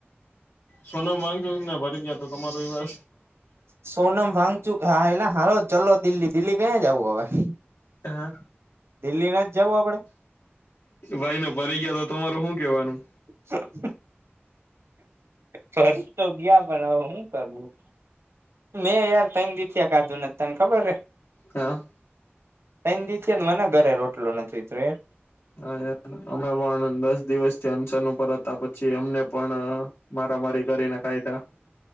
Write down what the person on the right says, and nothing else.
સોનમ વાગચુક હાએેલા હાલો ચલો દિલ્હી, દિલ્હી કયા જવું હવે
દિલ્હી નાથ જવું આપડે?
<inaudible> ફર્ચ તો ગયા પણ હવે હું કરવું. મેં યાર તન દી થી ખાધું નથી તને ખબર હે.
ત્રેણ દીથી એ મને ઘરે રોટલું નથી તું એમ